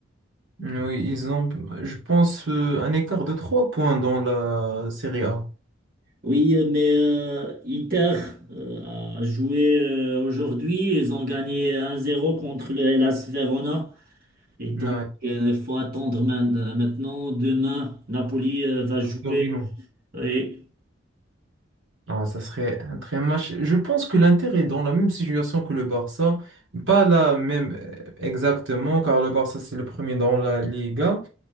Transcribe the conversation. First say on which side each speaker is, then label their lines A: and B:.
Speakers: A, on the right; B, on the right.
A: Oui, ils ont, je pense, euh, un écart de 3 points dans la Série A.
B: Oui, mais euh, Inter euh, a joué euh, aujourd'hui. Ils ont gagné 1-0 contre le Hellas Verona. Et donc,
A: Ouais,
B: euh, il faut attendre main- maintenant. Demain, Napoli euh, va jouer.
A: Torino.
B: Et
A: Ah, ça serait un très match. Je pense que l'Inter est dans la même situation que le Barça. Pas la même euh, exactement, car le Barça, c'est le premier dans la Liga.